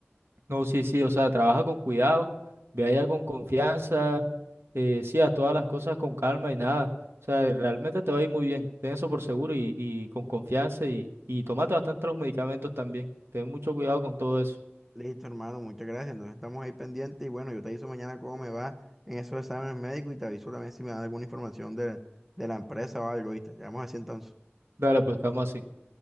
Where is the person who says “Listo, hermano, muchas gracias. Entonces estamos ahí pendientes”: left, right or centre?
Centre